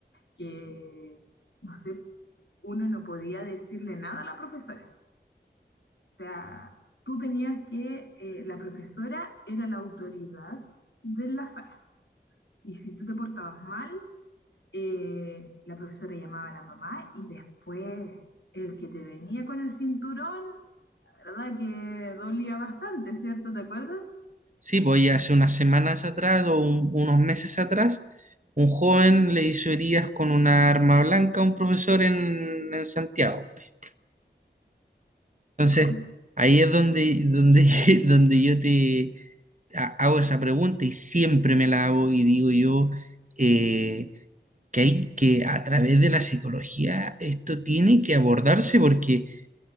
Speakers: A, on the left; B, on the right.
A: que, no sé, uno no podía decirle nada a la profesora. O sea, tú tenías que, eh, la profesora era la autoridad de la sala. Y si tú te portabas mal, eh, la profesora llamaba a la mamá y después el que te venía con el cinturón, la verdad que dolía bastante, ¿cierto? ¿Te acuerdas?
B: Sí, pues ya hace unas semanas atrás o un- unos meses atrás, un joven le hizo heridas con una arma blanca a un profesor en, en Santiago. pues. Entonces,
A: ¿Lo ves?
B: ahí es donde, donde, <laughs> donde yo te ha- hago esa pregunta y siempre me la hago y digo yo, eh, que hay que a través de la psicología esto tiene que abordarse porque